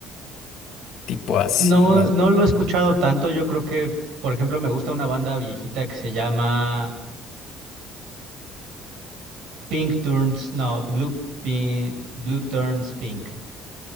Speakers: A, on the left (about 65°); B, on the right (about 80°).
A: tipo así,
B: no,
A: más.
B: no lo he escuchado tanto, yo creo que, por ejemplo, me gusta una banda viejita que se llama Pink Turns, no, Blue, Pi- Blue Turns Pink.